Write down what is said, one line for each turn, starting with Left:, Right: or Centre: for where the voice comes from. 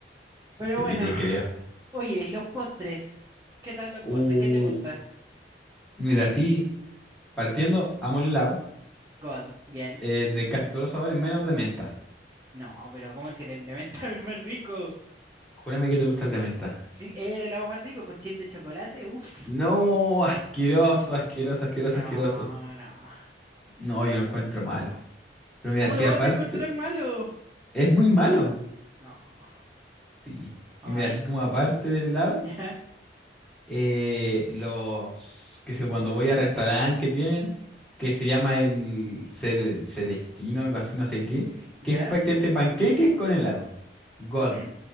Right: Pero
Centre: sí,
Right: bueno,
Centre: te creo.
Right: oye, ¿y los postres? ¿Qué tal los
Centre: Uh,
Right: postres? ¿Qué te gusta?
Centre: mira, sí, partiendo, amo el helado.
Right: God, bien.
Centre: eh, de casi todos los sabores, menos de menta.
Right: No, pero como si el elemento <laughs> es el más rico?
Centre: Júrame que te gusta el de menta.
Right: Sí, es el helado más rico con chip de chocolate, uff.
Centre: No, asqueroso, asqueroso, asqueroso,
Right: No,
Centre: asqueroso.
Right: no.
Centre: No, yo lo encuentro malo. Pero mira,
Right: ¿Cómo
Centre: así
Right: lo vas
Centre: aparte,
Right: a encontrar malo?
Centre: es muy malo.
Right: No.
Centre: Sí.
Right: Ay,
Centre: Y mira, así como aparte del helado.
Right: <laughs> ya,
Centre: eh, los, que sé, cuando voy a restaurante que tienen, que se llama el cel- Celestino, algo así, no sé qué, que
Right: ya.
Centre: es prácticamente panqueques con helado. God.
Right: Ujú.